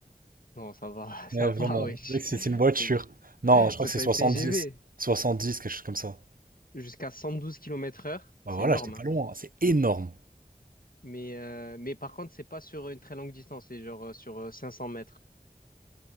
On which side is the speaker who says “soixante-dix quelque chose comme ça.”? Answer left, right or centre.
Right